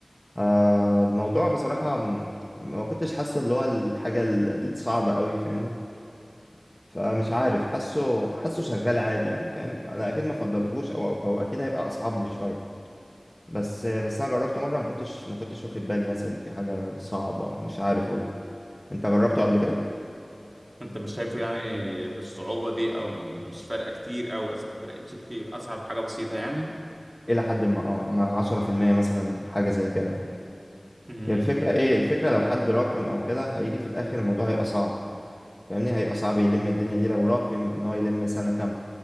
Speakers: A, on the left; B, on the right.
A: آه الموضوع بصراحة م- ما كنتش حاسه اللي هو الحاجة ال- الصعبة قوي فاهمني فمش عارف حاسه حاسه شغال عادي يعني فاهم انا اكيد ما افضلهوش او او أو اكيد هيبقى اصعب لي شويه بس بس انا جربته مره ما كنتش ما كنتش واخد بالي مثلا ان في حاجه صعبه أو مش عارف والله انت جربته قبل كده
B: انت مش شايفه يعني بالصعوبة دي او م- مش فارقة كتير او اصلا ما فرقتش كتير اصعب حاجة بسيطة يعني
A: الى حد ما اه ما 10% مثلا حاجه زي كده
B: امم
A: هي الفكره ايه الفكره لو حد راكم او كده هيجي في الاخر الموضوع هيبقى صعب فاهمني هيبقى صعب يلم الدنيا دي لو راكم ان هو يلم سنه كامله